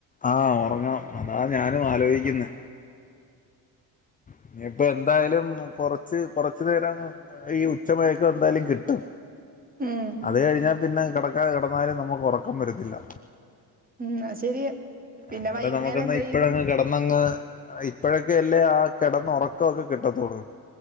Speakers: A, on the left; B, on the right.
A: ആഹ് ഉറങ്ങണം അതാ ഞാനും ആലോചിക്കുന്നെ ഇനിയിപ്പ എന്തായാലും കൊറച്ച് കൊറച്ചു നേരം ഈ ഉച്ചമഴക്ക എന്തായാലും കിട്ടും
B: ഉം
A: അത് കഴിഞ്ഞാ പിന്നെ കെടക്കാതെ കെടന്നാലും നമുക്ക് ഒറക്കം വരത്തില്ല
B: ഉം അയ് ശരിയാ പിന്നെ
A: അന്നേരം
B: വൈകുന്നേരം
A: നമുക്കന്ന്
B: എന്തെയ്യും
A: ഇപ്പഴങ്ങ് കെടന്നങ്ങ് ഇപ്പഴൊക്കെ അല്ലേ ആ കെടന്ന് ഒറക്ക ഒക്കെ കിട്ടത്തോള്ളു